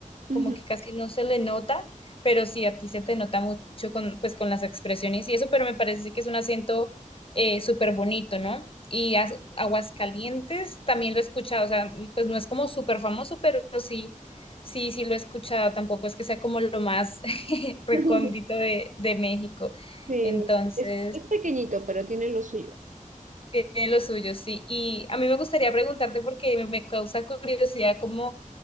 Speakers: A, on the right; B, on the left.
A: Ujú.
B: como que casi no se le nota, pero sí a ti se te nota mucho con, pues, con las expresiones y eso, pero me parece que es un acento eh, súper bonito, ¿no? Y As- Aguascalientes también lo he escuchado, o sea, pues no es como súper famoso, pero sí, sí, sí lo he escuchado, tampoco es que sea como lo más <laughs> recóndito
A: <laughs>
B: de, de México.
A: Sí,
B: Entonces,
A: no, es, es- es pequeñito, pero tiene lo suyo.
B: tiene lo suyo, sí. Y a mí me gustaría preguntarte porque me me causa curiosidad cómo